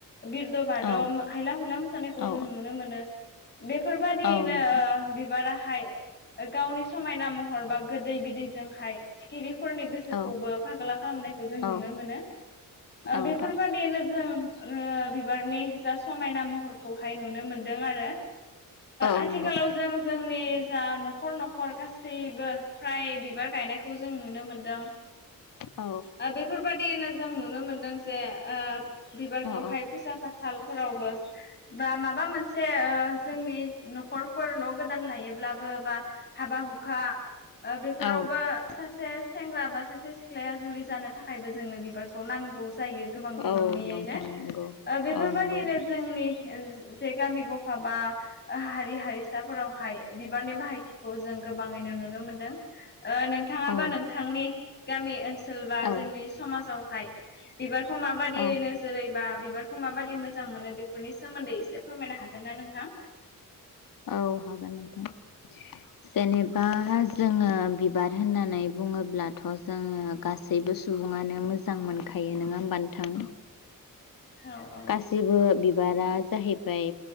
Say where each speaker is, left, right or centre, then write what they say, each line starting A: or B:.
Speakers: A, on the left (about 30°); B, on the left (about 80°).
A: बिरद' बाद'
B: औ
A: हायला हुला मोसानायखौ
B: औ
A: जों नुनो मोनो। बेफोरबायदियैनो
B: औ नोंथां
A: ओ बिबाराहाय गावनि समायना महर बा गोदै बिदैजोंहाय सिखिबिफोरनि गोसोखौबो
B: औ
A: फागोला खालामनायखौ जों नुनो
B: औ
A: मोनो। ओ
B: औ नोंथां
A: बेफोरबादियैनो जों ओ बिबारनि जा समायना महरखौहाय नुनो मोनदों आरो
B: औ
A: आथिखालाव
B: नंगौ
A: जों जों जोंनि जा न'खर न'खर गासैबो फ्राय बिबार गायनायखौ जों नुनो मोनदों
B: औ
A: ओ बेफोरबाय दिनो जों नुनो मोनदों जे बिबारखौहाय
B: औ औ
A: फुजा फाथालफोरावबो बा माबा मोनसे ओ जोंनि न'खरफोर न' गोदान लायोब्लाबो बा हाबा हुखा ओ बेफोरावबो
B: औ
A: सासे सेंग्रा बा सासे सिख्ला या जुलि जानो थाखायबो जोंनो बिबारखौ नांगौ जायो गोबां बिबांनियैनो
B: औ नोंथां नंगौ
A: ओ बे फोरबायदिनो
B: औ नंगौ
A: जोंनि जे गामि गफा बा हारि हारिसाफोरावहाय बिबारनि बाहायथिखौ जों गोबांयै नो नुनो मोनदों। ओ नोंथांङाबो
B: औ
A: नोंथांनि गामि ओनसोल बा
B: औ
A: जोंनि समाजावहाय बिबारखौ माबायदियै
B: औ
A: नोजोरैबा बिबार खौ माबाददि मोजां मोनो बेफोरनि सोमोन्दै एसे फोरमायनो हागोन ना नोंथां?
B: औ हागोन नोंथां। जेनेबा जोंङो बिबार होननानै होनोब्लाथ' जों गासैबो सुब सुबुङानो मोजां मोनखायो नंङा होमबा नोंथां?
A: औ औ
B: गासिबो बिबारा जाहैबाय